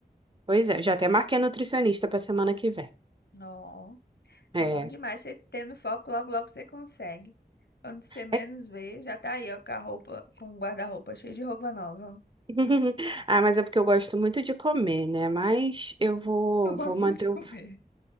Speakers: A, on the right (about 30°); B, on the left (about 80°).
A: Pois é, já até marquei nutricionista pra semana que vem.
B: Ó,
A: É.
B: bom demais. Você tendo foco, logo, logo você consegue. Quando você menos
A: É-
B: vê, já tá aí, ó, com a roupa, com o guarda-roupa cheio de roupa nova.
A: <laughs> Ah, mas é porque eu gosto muito de comer, né? Mas eu vou,
B: Eu gosto
A: vou manter
B: muito de comer.
A: o.